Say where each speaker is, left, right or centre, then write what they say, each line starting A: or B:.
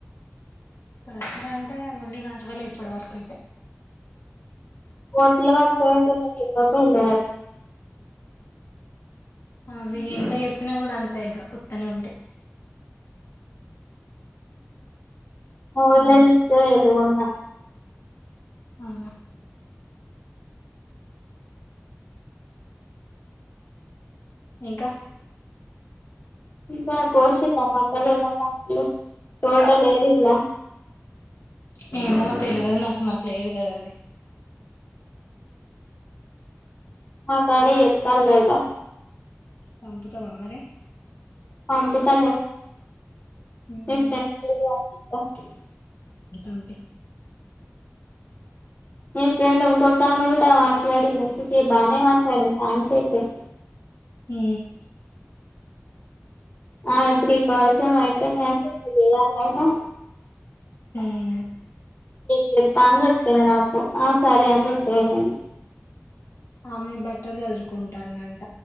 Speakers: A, on the left; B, on the left.
A: కార్సినయ్ అంటే మళ్ళీ గర్వల ఇప్పటి వరకు అయితే
B: పోచ్చలు వాట్క కప్ప పళ్ళ
A: అవి ఎంత చెప్పినా కూడా అంతే పత్తనే ఉంటే
B: ఊర్ళ
A: ఉహు
B: తీసుకో <unintelligible> ఉన్నా
A: అవు ఇంకా
B: ఇకా కోశల్ మక్క టోటల్ ఏరిలా
A: న మ తెలివదు నాకు మాకు లేదు కదా అది
B: మా కడ ఎత లేట
A: పంపుతావాన్నరే
B: అబతా
A: ఉహు
B: <unintelligible>
A: అంటే
B: మీ ఫ్రెండ్ ఇంకొక అమ్మ కూడా మాట్లాడింది ఇంక బాగానే మాట్లాడింది ఛాన్స్ అయితే
A: హు
B: <unintelligible>
A: <unintelligible>
B: చెప్ అని చెప్ప నాకు ఆ సరే అని చెప్ప నేను
A: ఆమె బట్టర్ చదురుకుంటాందంట